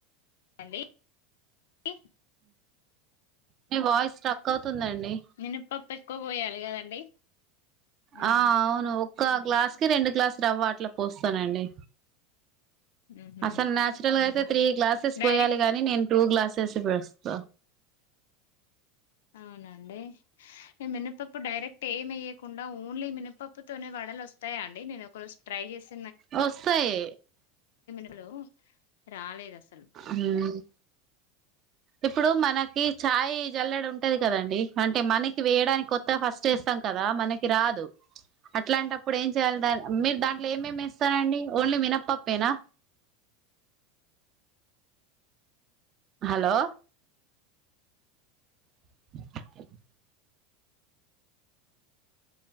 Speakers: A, on the left; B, on the right.
A: అండి ఏ
B: మీ వాయిస్ స్ట్రిక్ట్ అవుతుందండి
A: మినపప్పు ఎక్కువ పోయాలి కదండి ఉమ్,
B: ఆ అవును కా గ్లాస్ రెండు గ్లాస్ రవ్వవాటలా పోస్తానండి
A: ఉహు.
B: అసలు నాచురల్ గా అయితే త్రీ గ్లాసెస్ పోయాలి
A: డైరెక్ట్
B: గాని నేను టూ గ్లాస తెస వస్త
A: అవునండి మినపప్పు డైరెక్ట్ ఏమియ్యకుండా ఓన్లీ మినపప్పు తోనే వడలు వస్తాయా అండి నేను ఒకరోజు ట్రై చేసి
B: వస్తాయి
A: హలో రాలేదు అసలు
B: మ్మ్ ఇప్పుడు మనకి ఛాయ్ జల్లడి ఉంటది కదండి అంటే మనకి వేయడానికి కొత్త ఫస్ట్ వేస్తాం కదా మనకి రాదు అట్లాంటప్పుడు ఏం చేయాలి దా మీరు దాంట్లో ఏమేమి వేస్తరండి ఓన్లీ మినప్పప్పేనా హలో ఆ